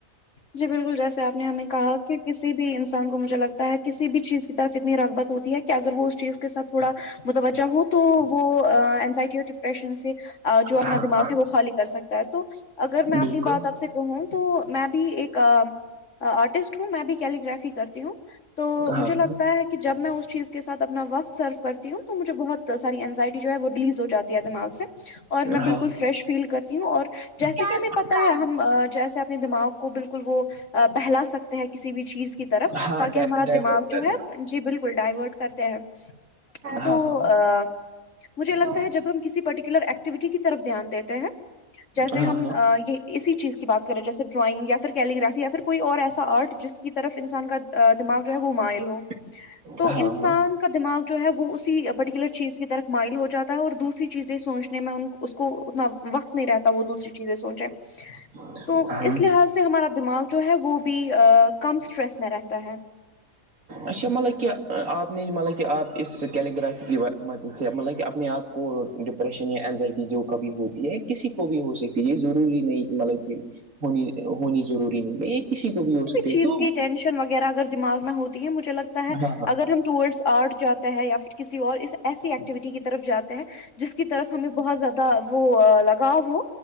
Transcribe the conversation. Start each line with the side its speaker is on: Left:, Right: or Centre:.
Left: جی بالکل جیسے آپ نے ہمیں کہا کہ کسی بھی انسان کو مجھے لگتا ہے کسی بھی چیز کی طرف اتنی رغبت ہوتی ہے کہ کہ اگر وہ اس چیز کے ساتھ تھوڑا متوجہ ہو تو وہ اینزائٹی اور ڈپریشن سے جو اپنا
Right: ہاں
Left: دماغ
Right: ہاں
Left: ہے وہ خالی کر سکتا ہے تو اگر میں
Right: بالکل
Left: اپنی بات آپ سے ہوں تو میں بھی ایک آرٹسٹ ہوں میں بھی کیلیرافی کرتی ہوں تو مجھے
Right: ہاں
Left: لگتا ہے کہ کہ جب میں اس چیز کے ساتھ اپنا وقت سرو کرتی ہوں تو مجھے بہت ساری اینزائٹی جو ہے وہ ریلیز ہو جاتی ہے دماغ سے اور میں بالکل
Right: ہاں
Left: فریش فیل کرتی ہوں اور جیسا
Right: ٹرک
Left: کہ ہمیں پتہ
Right: کا
Left: ہے ہم جیس اپنے دماغ کو بالکل وہ بہلا سکتے ہیں کسی بھی چیز کی طرف
Right: ہاں
Left: تاکہ ہمارا
Right: ڈائیورٹ
Left: دماغ جو
Right: کرنا
Left: ہے جی بالکل ڈائیورٹ کرتے ہیں تو
Right: ہاں ہاں
Left: ا مجھے لگتا
Right: ہاں
Left: ہے جب ہم کسی پرٹیکولر ایکٹیوٹی کی طرف دھیان دیتے ہیں جیسے
Right: ہاں
Left: ہم اسی چیز کی بات کر کریں جیسے ڈرائنگ یاھر کیلی گرافی یا پھر کوئی اور ایسا آرٹ جس کی طرف انسان کا دماغ جو ہے وہ مائل ہو
Right: <unintelligible>
Left: تو انسان
Right: ہاں
Left: دماغ جو ہے وہ اسی پررٹیکولر چیز کی طرف مائل ہو جا ہے اور دوسری چیزیں سوچنے میں ان کو اس کو اتنا وقت نہیں رہتا وہ دوسری چیزیں سوچیں
Right: <unintelligible>
Left: تو
Right: ہاں
Left: اس لحاظ سے ہمارا دماغ جو ہے وہ بھی کم اسٹریس میں رہتا ہے
Right: اچھا مطلب کہ آپ نے مطلب کہ آپ اس کیلی گگرفی م سے مطلب کہ اپنے آپ کو ڈپریشن یا انینزائٹی جو کبھی ہوتی ہے کسی کو بھی ہو سکتی یہ ضروری نہیں کہ مطلب کہ ہونی ہونی ضروری نہیں ہے یہ کسی کو بھی ہو سکتی
Left: چیز
Right: ہے تو
Left: کی ٹینشن وغیرہ اگر دماغ میں ہوتی ہے مجھے لگتا ہے
Right: ہاں
Left: اگر ہم ٹور آرٹ جاتے ہے یا پھر کسی اور اس ایسی ایکٹیویٹی کی طرف جاتے ہیں جس کی طرف ہمیں بہت زیادہ وہ لگاؤ ہو